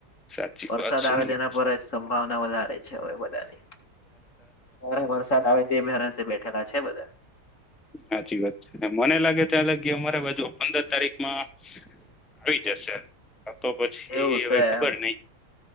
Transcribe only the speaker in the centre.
સાચી
વાત છે
હાચી વાત છે, મને લાગે છે અલગ અમારે બાજુ પંદર તારીખમાં આવી જશે તો પછી
હવે ખબર
નઈ